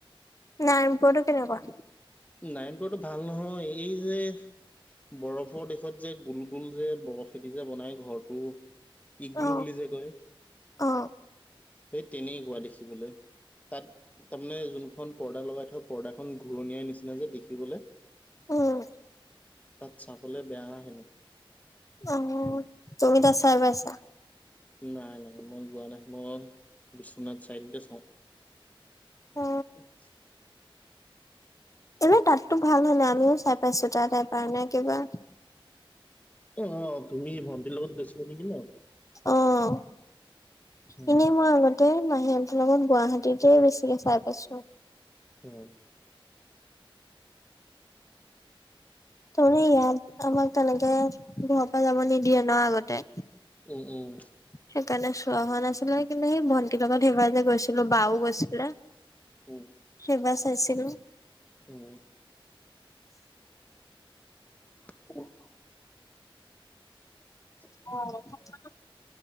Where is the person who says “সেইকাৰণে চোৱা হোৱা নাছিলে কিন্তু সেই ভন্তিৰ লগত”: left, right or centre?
Left